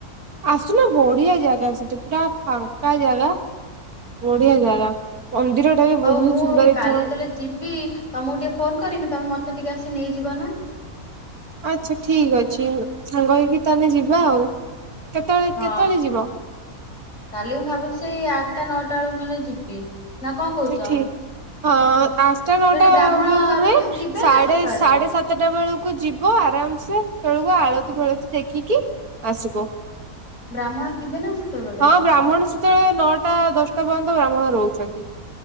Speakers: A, on the right; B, on the left.
A: ଆସୁନା ବଢିଆ ଜାଗା ସେଠି ପୁରା ଫାଙ୍କା ଜାଗା ବଢିଆ ଜାଗା। ମନ୍ଦିରଟା ବି
B: ହଉ
A: ବହୁତ
B: ମୁଁ
A: ସୁନ୍ଦର
B: କାଲି
A: ଏଥର
B: ଯେତଲେ ଯିବି ତମକୁ ଟିକେ ଫୋନ କରମି ତମେ ମତେ ଟିକେ ଆସି ନେଇଯିବ ନା।
A: ଆଚ୍ଛା ଠିକ ଅଛି ସାଙ୍ଗ ହେଇକି ତାହେଲେ ଯିବା ଆଉ। କେତେବେଳେ
B: ହଁ
A: କେତେବେଳେ ଯିବ?
B: କାଲି ମୁଁ ଭାବୁଛି ସେଇ ଆଠଟା ନଅଟା ବେଳକୁ ନହଲେ ଯିବି। ନା କଣ କହୁଛ?
A: ସେଠି ହଁ ଆଶଟା ନଅଟା
B: ସେଠି ବ୍ରାହ୍ମଣ
A: ବେଳକୁ ନୁହେ
B: ଥିବେ
A: ସାଢ଼େ
B: ନା ସକାଳେ
A: ସାଢେ ସାତଟା ବେଳକୁ। କୁ ଯିବ ଆରାମ ସେ ହେତଳକୁ ଆଳତି ଫଳତି ଦେଖିକି ଆସିବ।
B: ବ୍ରାହ୍ମଣ ଥିବେ ନା ସେତେବେଳେକୁ
A: ହଁ ବ୍ରାହ୍ମଣ
B: ଗଲେ।
A: ସେତେବେଳେ ନଅଟା ଦଶଟା ପର୍ଯ୍ୟନ୍ତ ବ୍ରାହ୍ମଣ ରହୁଛନ୍ତି।